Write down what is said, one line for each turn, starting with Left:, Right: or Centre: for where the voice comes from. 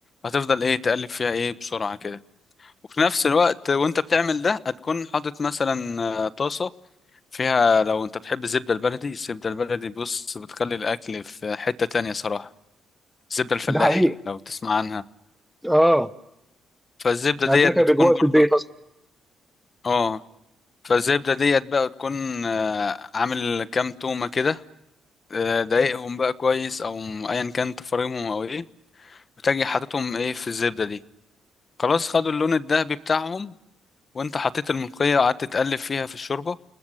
Left: هتفضل إيه تقلب فيها إيه بسرعة كده وفي نفس الوقت وأنت بتعمل ده هتكون حاطط مثلا آه، طاسة فيها لو أنت بتحب الزبدة البلدي الزبدة البلدي بص بتخلي الأكل في حتة تانية صراحة الزبدة الفلاحي
Centre: ده حقيقي
Left: لو تسمع عنها
Centre: اه
Left: فالزبدة
Centre: يعني
Left: ديت
Centre: عندنا كان
Left: بتكون
Centre: بيجوع
Left: برضو
Centre: في البيت اصلا
Left: اه فالزبدة ديت بقى تكون آه، عامل كام تومة كده آه، ضايقهم بقى كويس او م- ايا كان تفاريمهم او ايه بتجي حاططهم ايه في الزبدة دي خلاص خدوا اللون الذهبي بتاعهم وانت حطيت الملقية وقعدت تقلب فيها في الشوربة